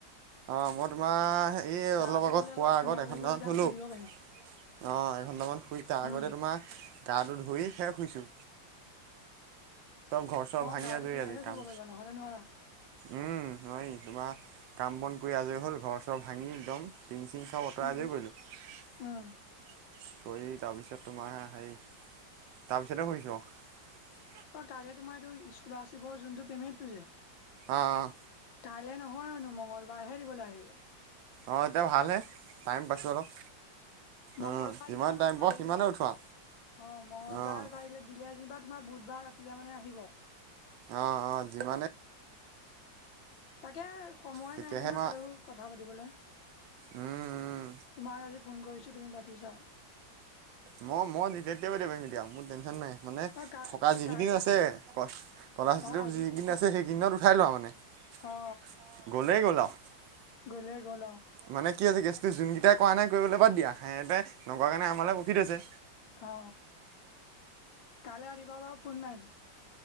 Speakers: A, on the right; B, on the left.
A: অ মই তোমাৰ হে
B: গাটো
A: অলপ আগত
B: ধুলে
A: হোৱাৰ
B: ঠাণ্ডা
A: আগত
B: পৰিব
A: এঘন্টামান
B: তেতিয়া
A: হলো
B: শুই
A: অ
B: দিব পাৰিম
A: এঘন্টামান শুই তাৰ আগতে
B: উম
A: তোমাৰ গাটো ধুই সে শুইছো ঘৰ চৰ
B: অ
A: ভাঙি
B: গাতে
A: আজৰি
B: ললেহে
A: আজি কাম
B: শুব পাৰিবা নহ'লে নোৱাৰা
A: উম হয় তোমাৰ কাম বন কৰি আজৰি হ'ল ঘৰ চব ভাঙি একদম টিং চিং চব আঁতৰাই
B: উম
A: আজৰি
B: উম
A: গলো <unintelligible>
B: উম
A: কৰি তাৰ পিছত তোমাৰে হেৰি তাৰপিছতে শুইছো <unintelligible>
B: অ কাইলে তোমাৰ যোনটো পেমেণ্টটো যে <unintelligible>
A: আহ আহ
B: কাইলৈ নহয়নো মঙ্গলবাৰহে দিবলৈ আহিব <unintelligible>
A: অ এতিয়া ভাল টাইম পাইছো অলপ
B: মঙলবাৰ
A: অ' যিমান
B: দিলে
A: টাইম
B: তোমাৰ
A: পাওঁ
B: ব
A: সিমানে
B: <unintelligible>
A: উঠোৱা
B: অ মঙ্গলবাৰে
A: অ'
B: পাৰিলে দিলে যেনিবা তোমাৰ বুধবাৰ ৰাতিলে মানে আহিব <unintelligible>
A: অ অ যিমানে
B: তাকে সময়
A: তেতিয়াহে
B: নাই নহয়
A: মই
B: কাৰো কথা পাতিবলে
A: উম
B: তোমাক আজি ফোন কৰিছোঁ তুমি পাতিছা।
A: মই মই যেতিয়া তেতিয়া পাতিব পাৰো বাৰু মোৰ টেনচন নাই <unintelligible> মানে
B: অ কা
A: থকা যিকেইদিন
B: কা কা
A: আছে কলা
B: অ
A: যিকেইদিন
B: আজি কা
A: আছে সেইকেইদিনত উঠাই লোৱা আৰু মানে <unintelligible>
B: অ অ
A: গ'লে গোল আৰু <unintelligible>
B: গলে গ'ল আও
A: মানে কি আ হৈছে গেছটো জোনকেইটাই কৰা নাই কৰিবলৈ বাদ দিয়া সেহতে নকৰা কাৰণে আমাৰে <unintelligible> থৈছে
B: অ কাইলৈ ৰাতিপুৱা বাৰু ফোন মাৰিম।